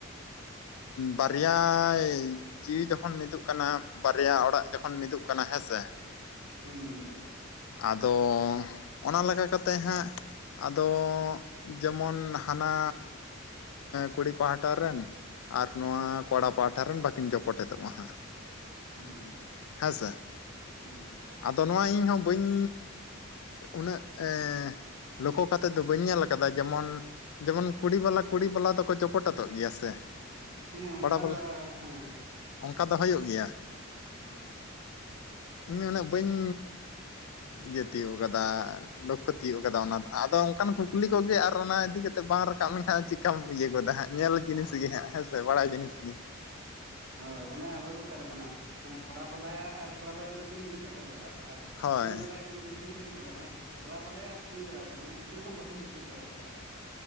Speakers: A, on the left; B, on the right.
A: ᱵᱟᱨᱭᱟᱻ ᱡᱤᱣᱤ ᱡᱚᱠᱷᱚᱱ ᱢᱤᱫᱩᱜ ᱠᱟᱱᱟ, ᱵᱟᱨᱭᱟ ᱚᱲᱟᱜ ᱡᱚᱠᱷᱚᱱ ᱢᱤᱫᱩᱜ ᱠᱟᱱᱟ ᱦᱮᱸ ᱥᱮ
B: ᱦᱩᱸ ᱦᱩᱸ
A: ᱟᱫᱚ ᱚᱱᱟ ᱞᱮᱠᱟ ᱠᱟᱛᱮᱜ ᱦᱟᱸᱜ ᱟᱫᱚ ᱡᱮᱢᱚᱱ ᱦᱟᱱᱟ ᱠᱩᱲᱤ ᱯᱟᱦᱟᱴᱟ ᱨᱮᱱ ᱟᱨ ᱱᱚᱣᱟ ᱠᱚᱲᱟ ᱯᱟᱦᱟᱴᱟ ᱨᱮᱱ ᱵᱟᱹᱠᱤᱱ ᱡᱚᱯᱚᱴᱮᱫᱚᱜᱼᱟ ᱦᱟᱸᱜ
B: ᱦᱩᱸ
A: ᱦᱮᱸ ᱥᱮ ᱾
B: ᱦᱩᱸ
A: ᱟᱫᱚ ᱱᱚᱣᱟ ᱤᱧᱦᱚᱸ ᱵᱟᱹᱧ ᱩᱱᱟᱹᱜ ᱮᱻ ᱞᱚᱠᱠᱷᱳ ᱠᱟᱛᱮᱫ ᱫᱚ ᱵᱟᱹᱧ ᱧᱮᱞ ᱠᱟᱫᱟ ᱡᱮᱢᱚᱱ ᱡᱮᱢᱚᱱ ᱠᱩᱲᱤ ᱵᱟᱞᱟ ᱠᱩᱲᱤ ᱵᱟᱞᱟ ᱫᱚᱠᱚ ᱡᱚᱯᱚᱴᱮᱛᱚᱜ ᱜᱮᱭᱟ ᱥᱮ
B: ᱦᱮᱸ ᱚᱱᱠᱟ
A: ᱠᱚᱲᱟ ᱵᱟᱞᱟ
B: ᱫᱚ ᱦᱮᱸ,
A: ᱚᱱᱠᱟ ᱫᱚ ᱦᱩᱭᱩᱜ ᱜᱮᱭᱟ
B: ᱦᱚᱸ <inaudible>
A: ᱤᱧ ᱩᱱᱟᱹᱜ ᱵᱟᱹᱧ ᱤᱭᱟᱹ ᱛᱤᱭᱳᱜ ᱠᱟᱫᱟᱼ ᱞᱚᱠᱠᱷᱚ ᱛᱤᱭᱳᱜ ᱠᱟᱫᱟ ᱚᱱᱟ ᱫᱚ ᱟᱫᱚ ᱚᱱᱠᱟᱱ ᱠᱩᱠᱞᱤ
B: ᱦᱳᱭ
A: ᱠᱚᱜᱮ ᱟᱨ ᱚᱱᱟ ᱤᱫᱤ ᱠᱟᱛᱮᱫ ᱵᱟᱝ ᱨᱟᱠᱟᱵ ᱢᱮᱱᱠᱷᱟᱱ ᱪᱤᱠᱟᱢ ᱤᱭᱟᱹ ᱜᱚᱫᱟ ᱦᱟᱸᱜ ᱧᱮᱞ ᱡᱤᱱᱤᱥ
B: ᱚ
A: ᱜᱮ ᱦᱟᱸᱜ ᱦᱮᱸ ᱥᱮ ᱵᱟᱲᱟᱭ
B: ᱦᱳᱭ
A: ᱡᱤᱱᱤᱥ
B: ᱦᱳᱭ
A: ᱜᱮ
B: ᱦᱳᱭ ᱢᱟᱱᱮ ᱟᱵᱚ ᱚᱠᱟ ᱞᱮᱠᱟᱱᱟᱜ ᱢᱟᱱᱮ ᱠᱚᱲᱟ ᱵᱟᱞᱟᱭᱟ ᱟᱨ ᱠᱚᱲᱟ ᱵᱟᱞᱟ ᱫᱚᱠᱤᱱ ᱡᱚᱯᱮᱴᱮᱫᱚᱜᱼᱟ ᱟᱨ
A: ᱦᱳᱭ
B: ᱠᱩᱲᱤ ᱵᱟᱞᱟᱭ ᱩᱱᱠᱤᱱ ᱠᱤᱱ ᱡᱚᱯᱚᱴᱮᱫᱚᱜᱼᱟ ᱢᱟᱱᱮ ᱠᱚᱲᱟ ᱵᱟᱞᱟᱭᱟ ᱟᱨ ᱠᱩᱲᱤ ᱵᱟᱞᱟᱭᱟ ᱢᱟᱱᱮ ᱩᱱᱠᱤᱱ ᱫᱚ ᱦᱟᱸᱜ ᱵᱟᱹᱠᱤᱱ ᱡᱚᱯᱚᱴᱮᱫᱚᱜᱼᱟᱫᱚ ᱾